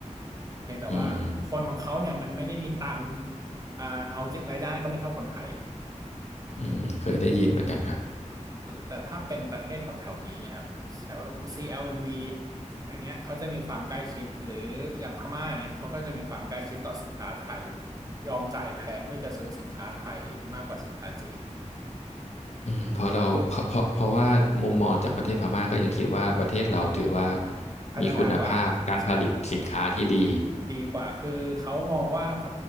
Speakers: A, on the right; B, on the left.
A: เพียงแต่ว่าคนของเขาเนี่ยมันไม่ได้มีตังค์
B: อืม
A: อ่าเอาจริงรายได้ก็ไม่เท่าคนไทย
B: อืมเคยได้ยินเหมือนกันครับ
A: แต่ถ้าเป็นประเทศแถวๆนี้ครับแถว CLMV อลเอ็มวีอะไรเงี้ยเขาจะมีความใกล้ชิดหรืออย่างพม่าเนี่ยเขาก็จะมีความใกล้ชิดต่อสินค้าไทยยอมจ่ายแพงเพื่อจะซื้อสินค้าไทยมากกว่าสินค้าจีน
B: อืมเพราะเราเพราะเพราะว่ามุมมองจากประเทศพม่าก็ยังคิดว่าประเทศเราถือว่า
A: พัฒนากว่า
B: มีคุณภาพการผลิตสินค้าที่ดี
A: ใช่ครับ ดีกว่าคือเขามองว่าบ